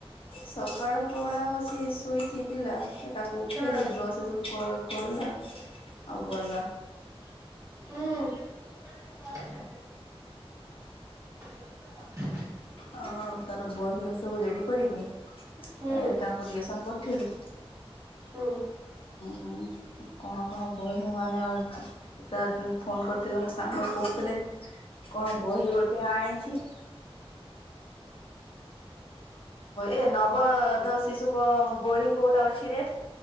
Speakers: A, on the left (about 60°); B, on the right (about 30°).
A: ସକାଳ ପହଡା ହଉଛି ଶୋଇଛି ପିଲା। ତାକୁ ଉଠେଇଲିି
B: ହଁ
A: ବ୍ରସ ସୁ କଲା ଆଉ ଗଲା।
B: ହୁଁ <inaudible> <inaudible>
A: ହଁ ତାର ବହି ସବୁ ରେଡି କରିକି
B: ହୁଁ
A: ଏଟାକୁ ଟିଉସନ୍ ପଟେଇବି
B: ହୁଁ
A: ହୁଁଁ। କଣ କଣ ବହି ମାନେ ଫୋନ କରିଥିଲେ ମୋ ସାଙ୍ଗ କହୁଥିଲେ? କଣ ବହି ଗୋଟେ ଆଣିଛି?
B: ହୁଁ।
A: ଏ ନବଧ ଶିଶୁ କ ବହି କୋଉଟା ଅଛି ରେ?